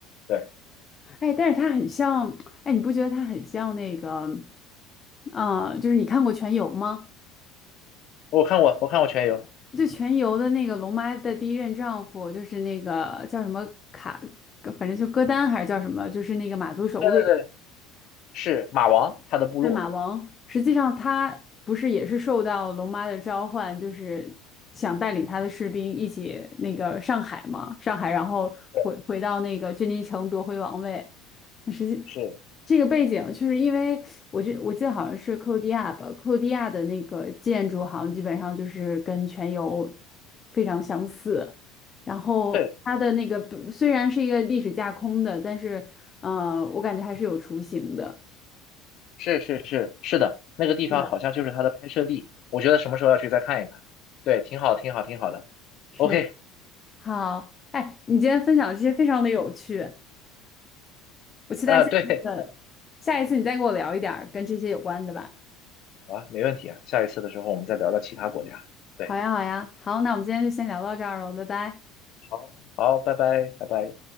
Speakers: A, on the left (about 60°); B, on the left (about 35°).
A: 对
B: 哎，但是他很像，
A: 对，
B: 哎，你不觉得他很像那个，啊？就是你看过《全游》吗？
A: 我看过，我看过全游。
B: 就《全游》的那个龙妈的第一任丈夫，就是那个叫什么卡，反正就歌丹还是叫什么，就是那个马族首领。
A: 对对对，是马王他的部落。
B: 对，马王，实际上他不是也是受到龙妈的召唤，就是想带领他的士兵一起那个上海嘛，上海，然后回回到那个君临城夺回王位。
A: 对，
B: 那实际
A: 是。
B: 这个背景，就是因为我这我记得好像是克罗地亚吧，克罗地亚的那个建筑好像基本上就是跟全游非常相似。然后它的那个虽然是一个历史架空的，
A: 对。
B: 但是呃，我感觉还是有雏形的。
A: 是是是是的，那个地方好像就是它的拍摄地，
B: 是的，
A: 我觉得什么时候要去再看一看。对，挺好，挺好，挺好的。
B: 是的
A: OK，
B: 好，哎，你今天分享这些非常的有趣，我期待下一次，
A: 呃，对，
B: 下一次你再给我聊一点儿跟这些有关的吧。
A: 好啊，没问题啊。下一次的时候我们再聊聊其他国家。对，
B: 好呀，好呀，好，那我们今天就先聊到这儿了，拜拜。
A: 好，好，拜拜，拜拜。